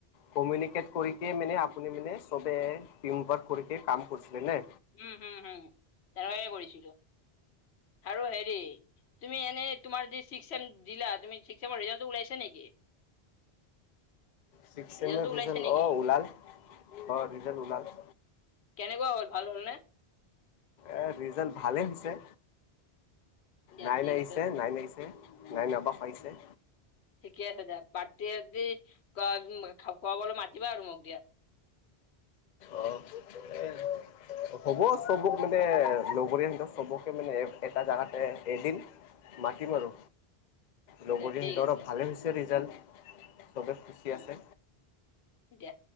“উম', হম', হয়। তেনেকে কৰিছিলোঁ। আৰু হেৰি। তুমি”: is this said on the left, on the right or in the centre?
Left